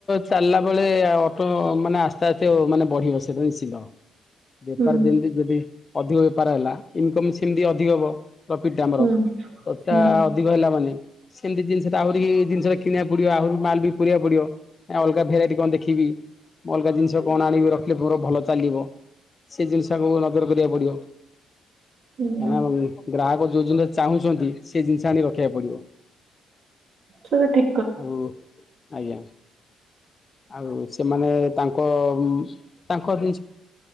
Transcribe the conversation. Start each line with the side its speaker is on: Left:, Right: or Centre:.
Left: ଚାଲିଲା ବେଳେ ଅଟୋ ମାନେ ଆସ୍ତେ ଆସ୍ତେ ମାନେ ବଢିବ ସେଟଶୀ ବେପାର
Right: ହୁଁ
Left: ଯେମିତି ଯଦି ଅଧିକ ବେପାର ହେଲା ଇନକମ ସେମିତି ଅଧିକ ହବ ପ୍ରଫିଟ ଟା ଆମର
Right: ହୁଁ
Left: ତଟା
Right: ହୁଁ।
Left: ଅଧିକ ହେଲା ମାନେ ସେମିତି ଜିନିଷଟା ଆହୁରି ଜିନିଷା କିଣିବା ପଡିବ ଆହୁରି ମାଲ ବି ପୁରିବାକୁ ପଡିବ ଅଲଗା ଭେରାଇଟି କଣ ଦେଖି ରଖିବି ଅଲଗା ଜିନିଷ କଣ ଆଣିବି ରଖି ର ଭଲ ଚାଲିବ ସେ ଜିନିଷକୁ ନଜର କରିବାକୁ ପଡିବ
Right: ହୁଁ
Left: କାଁକ ଗ୍ରାହକ ଯୋଉ ଜିନିଷ ଚାହୁଁଛନ୍ତି ସେ ଜିନିଷ ଆଣିିକ ରଖିବାକୁ ପଡିବ।
Right: ଚଲ ଠିକ <unintelligible>
Left: ଆଉ ଆଜ୍ଞା ଆଉ। ସେମାନେ ତାଙ୍କ ତାଙ୍କ ଜିନିଷ।